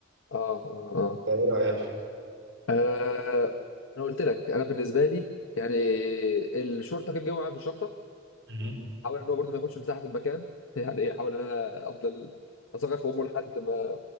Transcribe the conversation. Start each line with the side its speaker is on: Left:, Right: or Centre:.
Left: اه اه, آه.
Right: فايه رايك؟
Left: آه. انا قلت لك انا بالنسبه لي يعني الشورت كان جاي معايا في الشنطه
Right: مهم.
Left: حاول ان هو برضه ما ياخدش مساحه في المكان <laughs> يعني ايه حاول ان انا افضل اصغر في امه لحد ما